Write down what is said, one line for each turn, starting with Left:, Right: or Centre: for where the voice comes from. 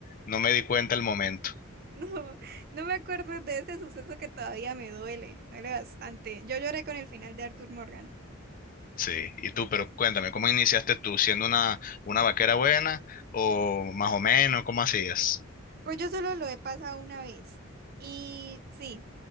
Left: No me di cuenta el momento.
Right: <laughs> no, no me acuerdo de ese suceso que todavía me duele, me duele bastante. Yo lloré con el final de Arthur Morgan.
Left: Sí, y tú, pero cuéntame, ¿cómo iniciaste tú? ¿Siendo una, una vaquera buena o más o menos? ¿Cómo hacías?
Right: Pues yo solo lo he pasado una vez. Y sí,